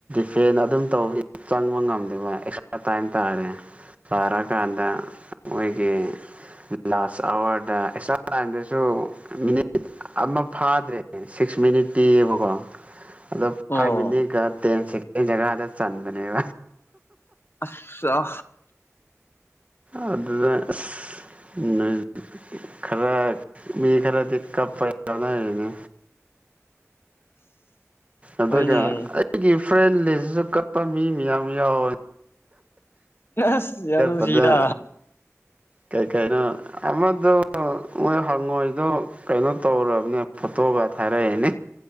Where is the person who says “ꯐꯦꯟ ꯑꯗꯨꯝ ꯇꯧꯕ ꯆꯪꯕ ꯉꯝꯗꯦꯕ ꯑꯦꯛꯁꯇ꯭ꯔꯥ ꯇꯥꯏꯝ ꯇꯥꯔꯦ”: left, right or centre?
Right